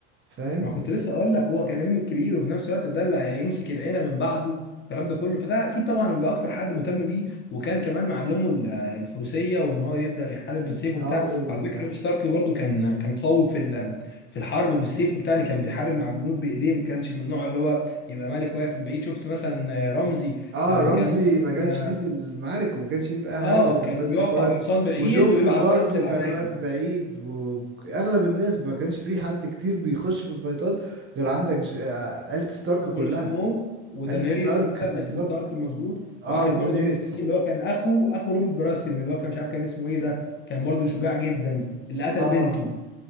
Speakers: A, on the right; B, on the left.
A: فاهم
B: ما كنت لسه اقول لك هو كان ابنه الكبير وفي نفس الوقت ده اللي هيمسك العيله من بعده الكلام ده كله فده اكيد طبعا بيبقى اكتر حد مهتم بيه وكان كمان معلمه ال- الفروسيه وان هو يقدر يحارب بالسيف وبتاع
A: اه وال...
B: على فكره روب ستارك برضو كان كان قوي في ال- في الحرب بالسيف وبتاع يعني كان بيحارب مع الجنود بايديه ما كانش من النوع اللي هو يبقى ملك واقف من بعيد شفت مثلا رمزي
A: اه
B: لما
A: رمزي
B: كان
A: ما
B: مثلا
A: كانش ليه في المعارك وما كانش ليه في اي
B: اه
A: حاجه كان
B: كان
A: بس
B: بيقف
A: اتفرج
B: على الحصان بعيد
A: وجوفري
B: ويبعت
A: برضو
B: بس العساكر
A: كان واقف بعيد واغلب الناس ما كانش في حد كتير بيخش في الفايتات غير عندك ج... آه، عيلة ستارك
B: جون
A: كلها
B: سنو ودانيريس
A: عيلة ستارك
B: مثلا
A: بالظبط
B: انتي ستارك مظبوط
A: اه
B: وعارف
A: ودينيريس
B: برضه مين تاني اللي هو كان اخو اخو روبرت براسيون اللي هو كان مش عارف كان اسمه ايه ده كان برضه شجاع جدا اللي قتل
A: اه
B: بنته